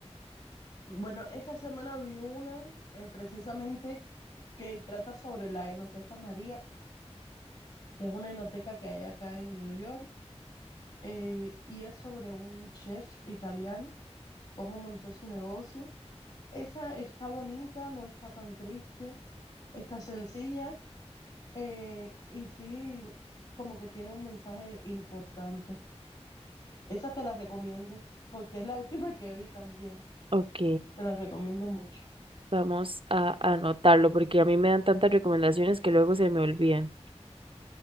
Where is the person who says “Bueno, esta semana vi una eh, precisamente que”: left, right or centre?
Left